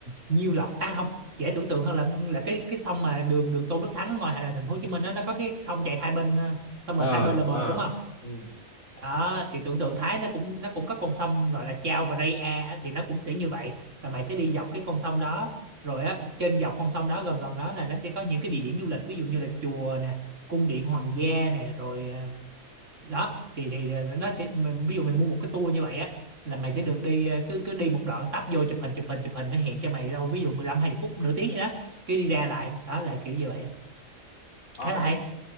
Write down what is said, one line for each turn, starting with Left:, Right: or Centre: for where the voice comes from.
Right: Nhiêu Lộc à không dễ tưởng tượng hơn là là cái cái sông mà đường đường Tôn Đức Thắng ở ngoài thành phố Hồ Chí Minh á, nó có cái sông chạy hai bên ờ, xong
Left: ờ
Right: rồi hai bên là bờ
Left: ờ
Right: đúng không
Left: Ừ.
Right: đó thì tưởng tượng Thái nó cũng nó cũng có con sông gọi là Chao Phraya á, thì nó cũng sẽ như vậy và mày sẽ đi dọc cái con sông đó rồi á trên dọc con sông đó gần gần đó là nó sẽ có những cái địa điểm du lịch ví dụ như là chùa nè cung điện hoàng gia nè rồi ờ, đó thì thì ờ, nó sẽ mình- ví dụ mày mua một cái tour như vậy á là mày sẽ được đi ờ, cứ cứ đi một đoạn tấp vô chụp hình chụp hình chụp hình nó hẹn cho mày đâu ví dụ mười lăm hai mươi phút nửa tiếng gì đó cái đi ra lại đó là kiểu như vậy
Left: Ờ,
Right: khá là
Left: em
Right: hay